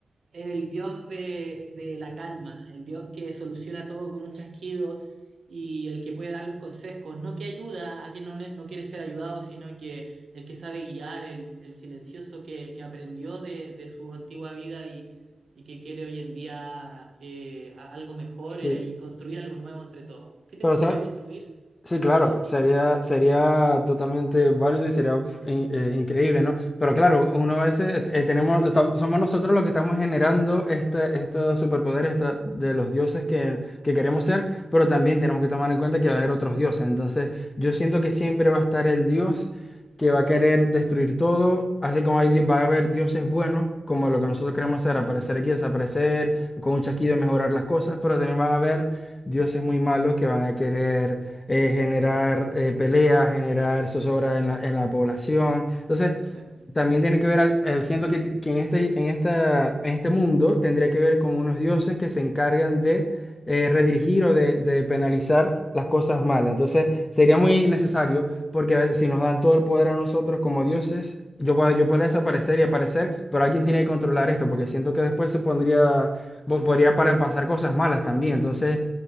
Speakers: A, on the right; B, on the left.
A: el dios de, de la calma, el dios que soluciona todo con un chasquido y el que puede dar los consejos, no que ayuda a quien no, ne- no quiere ser ayudado, sino que el que sabe guiar, el, el silencioso que, que aprendió de, de su antigua vida y, y que quiere hoy en día eh, a- algo mejor eh,
B: Sí.
A: y construir algo nuevo entre todos. ¿Qué te
B: Pero,
A: gustaría
B: ¿sabes?
A: construir?
B: Sí,
A: Construir,
B: claro,
A: sí.
B: sería, sería totalmente válido y sería in- eh, increíble, ¿no? Pero claro, uno a veces eh, eh, tenemos, estam- somos nosotros los que estamos generando este, estos superpoderes esta- de los dioses que, que queremos ser, pero también tenemos que tomar en cuenta que va a haber otros dioses. Entonces, yo siento que siempre va a estar el dios que va a querer destruir todo, así como hay, di- va a haber dioses buenos, como lo que nosotros queremos hacer, aparecer aquí, desaparecer, con un chasquido mejorar las cosas, pero también van a haber dioses muy malos que van a querer eh, generar eh, peleas, generar zozobra en la, en la población. Entonces,
A: Exacto.
B: también tiene que ver, al- eh, siento que, que en este, en esta, en este mundo tendría que ver como unos dioses que se encargan de eh, redirigir o de, de penalizar las cosas malas. Entonces, sería muy necesario,
A: Ujú,
B: porque a ver, si nos dan todo el poder a nosotros como dioses, yo, puedo- yo podría desaparecer y aparecer, pero alguien tiene que controlar esto, porque siento que después se pondría, po- podría para- pasar cosas malas también. Entonces,